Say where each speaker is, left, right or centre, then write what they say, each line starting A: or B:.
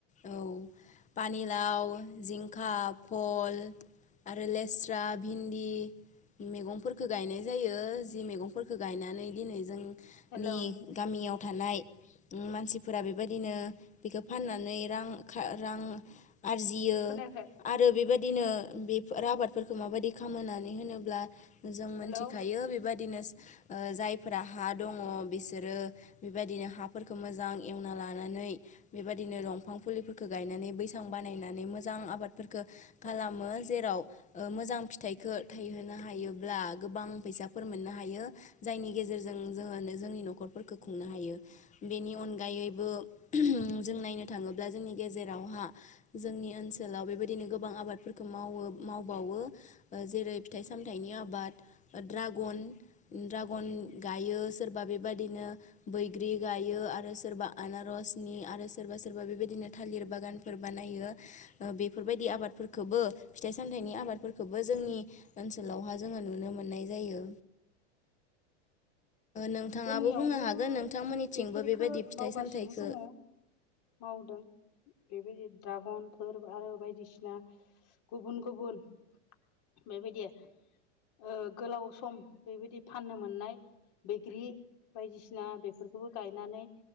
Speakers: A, on the left; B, on the left.
A: औ पानिलाव, जिंखा, भल आरो लेस्रा, भिन्दि मैगंफोरखौ गायनाय जायो जि मैगंफोरखौ गायनानै दिनै जों
B: हेल'
A: नि गामियाव थानाय मानसिफोरा बेबायदिनो बेखौ फाननानै रां आरजियो
B: खोनायाखै
A: आरो बेबायदि दिनो बेफोर आबादफोरखौ माबायदि खामो होननानै होनोब्ला जों मोनथिखायो
B: हेल'
A: बेबायदिनो
B: <inaudible>
A: ओ जायफोरा हा दङ बिसोरो बेबायदिनो हाफोरखौ मोजां एवना लानानै बेबायदिनो दं बिफां फुलिफोरखौ गायनानै बैसां बानायनानै मोजां आबादफोरखौ खालामो जेराव मोजां फिथाइखौ थायहोनो हायोब्ला गोबां फैसाफोर मोननो हायो जायनि गेजेरजों जों जोंनि न'खरफोरखौ खुंनो हायो बेनि अनगायैबो जों नायनो थाङोब्ला जोंनि गेजेरावहा जोंनि ओनसोलाव बेबायदिनो गोबां आबादफोरखौ मावो मावबावो जेरै फिथाइ सामथाइनि आबाद द्रागन ड्रागन गायो सोरबा बेबदिनो बैग्रि गायो आरो सोरबा आनारसनि आरो सोरबा सोरबा बेदिनो थालिर बागानफोर बानायो बेफोरबायदि आबादफोरखौबो फिथाइ सामथाइनि आबादफोरखौबो जोंनि ओन- -लावहा जोङो नुनो मोननाय जायो। नोंथाङाबो
B: जोंनियावबो
A: बुंनो हागोन नोंथांमोननिथिंबो
B: बेफोरफोरखो
A: बेबायदि फिथाइ
B: मावगासिनो
A: सामथाइखौ
B: दङ मावदों बेबायदि ड्रागनफोर आरो बायदिसिना गुबुन गुबुन बेबायदि ओ गोलाव सम बेबायदि फाननो मोननाय बैग्रि बायदिसिना बेफोरखौबो गायनानै